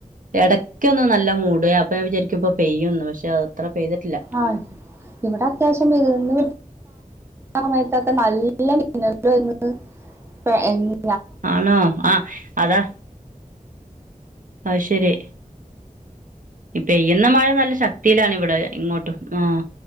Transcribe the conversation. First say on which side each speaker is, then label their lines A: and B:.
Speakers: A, on the right (about 70°); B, on the right (about 20°).
A: ഇടക്കൊന്നും നല്ല മൂട അപ്പ വിചാരിക്കും ഇപ്പ പെയ്യന്ന്ന് പക്ഷെ അത്ര പെയ്തിട്ടില്ല
B: ആഹ ഇവിടെ അത്യാവശ്യം പെയ്ത്കന്ന് സമയത്തൊക്കെ നല്ല മിന്നൽ വന്ന് <unintelligible>
A: ആണോ ആഹ അതാ അയ്ശരി ഇപ്പെയ്യുന്ന മഴ നല്ല ശക്തിയിലാണ് ഇവിടെ ഇങ്ങോട്ടും ആഹ